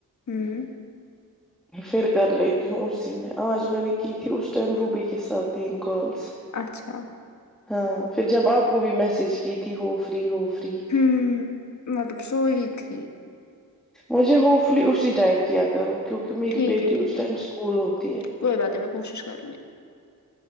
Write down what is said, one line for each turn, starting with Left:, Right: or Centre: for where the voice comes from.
Left: ہوں
Centre: پھر کر لیتی ہوں اسی میں آج میں نے کی تھی اس ٹائم روبی کے ساتھ تین کالس
Left: اچھا
Centre: ہاں پھر جب آپ کو بھی میسج کی تھی ہو فری ہو فری
Left: ہوں میں تو سوئ ہی تھی
Centre: مجھے ہوپ فلی اسی ٹائم کیا کروں کیونکہ میری
Left: ٹھیک
Centre: بیٹی
Left: ہے ٹھیک
Centre: اس ٹائم
Left: ہے
Centre: اسکول ہوتی ہے
Left: کوئی بات نہیں میں کوشش کروں گی